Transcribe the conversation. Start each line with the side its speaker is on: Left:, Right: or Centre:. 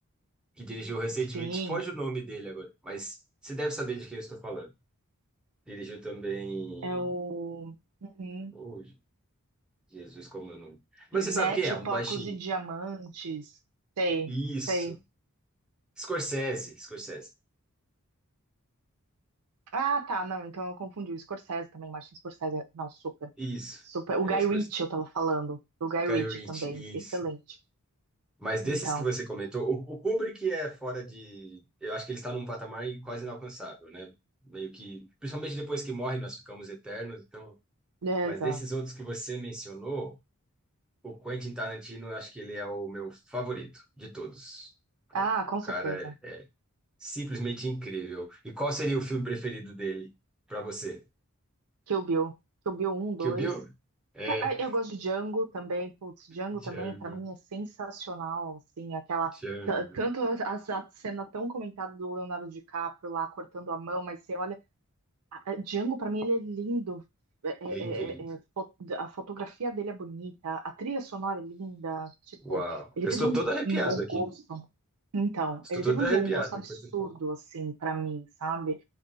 Centre: que dirigiu recentemente,
Right: enfim
Centre: foge o nome dele agora, mas você deve saber de quem eu estou falando. Dirigiu também.
Right: É o uhum.
Centre: Oh, Jesus, como é o nome? Mas
Right: Snatch,
Centre: você sabe quem é, um
Right: Porcos
Centre: baixinho.
Right: e Diamantes. Sei,
Centre: Isso.
Right: sei.
Centre: Scorsese, Scorsese.
Right: Ah, tá, não, então eu confundi. O Scorsese também, Martin Scorsese. Não, super.
Centre: Isso.
Right: Super. O
Centre: É
Right: Guy
Centre: o Scorsese.
Right: Ritchie eu tava falando. O Guy
Centre: Guy
Right: Ritchie
Centre: Ritchie,
Right: também, excelente.
Centre: isso. Mas desses
Right: Então,
Centre: que você comentou, o, o Kubrick é fora de. Eu acho que ele está num patamar quase inalcançável, né? Meio que. Principalmente depois que morre, nós ficamos eternos, então.
Right: beleza.
Centre: Mas desses outros que você mencionou, O Quentin Tarantino, eu acho que ele é o meu favorito de todos.
Right: Ah,
Centre: O
Right: com certeza.
Centre: cara é simplesmente incrível. E qual seria o filme preferido dele para você?
Right: Kill Bill. Kill Bill um, dois.
Centre: Kill Bill? É,
Right: Ca- ah, Eu gosto de Django também. Putz, Django
Centre: Django,
Right: também, pra mim, é sensacional. Assim, aquela.
Centre: Django.
Right: t- Tanto as- as- a, cena tão comentada do Leonardo DiCaprio lá cortando a mão, mas você olha Django, pra mim, ele é lindo. É- é-
Centre: Lindo, lindo.
Right: é- é fo- a fotografia dele é bonita, a trilha sonora é linda. Tipo,
Centre: Uau.
Right: ele
Centre: Eu
Right: teve
Centre: estou
Right: um,
Centre: todo arrepiado
Right: um bom
Centre: aqui.
Right: gosto. Então,
Centre: Estou
Right: ele
Centre: todo
Right: teve um
Centre: arrepiado
Right: bom gosto absurdo,
Centre: enquanto você fala.
Right: assim, pra mim, sabe?